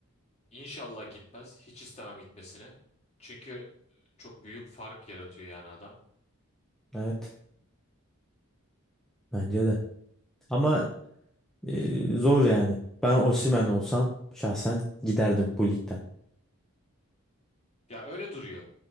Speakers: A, on the left (about 30°); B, in the centre.
A: İnşallah gitmez. Hiç istemem gitmesini. Çünkü çok büyük fark yaratıyor yani adam.
B: Evet, bence de. Ama e, zor yani. Ben Osimhen olsam şahsen giderdim bu ligden.
A: Ya öyle duruyor.